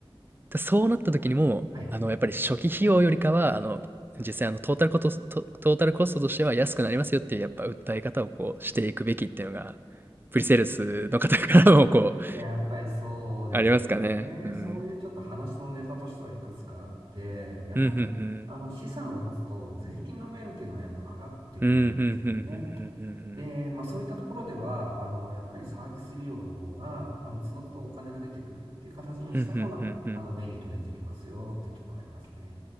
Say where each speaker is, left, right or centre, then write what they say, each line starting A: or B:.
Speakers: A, on the right; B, on the right.
A: で、そうなった時にもあの、
B: はい。
A: やっぱり初期費用よりかは、あの、実際あのトータルコトスト、トータルコストとしては安くなりますよっていうやっぱ訴え方をこうしていくべきっていうのが、プリセールスの方からもこう、
B: やっぱりそうですね。
A: ありますかね。うん。
B: そういうちょっと話のネタとしてはいくつかあって、やっぱり、
A: うん、ふんふん。
B: あの、資産を持つと税金の面っていうのはやっぱかかってくるんですよね。
A: うん、ふんふんふんふんふんふん。
B: で、まあそういったところでは、あの、やっぱりサービス利用の方が、あの、都度都度お金が出てくっていう形にした方が、
A: ふんふんふんふん。
B: あの、メリット出てきますよっていうところありますね。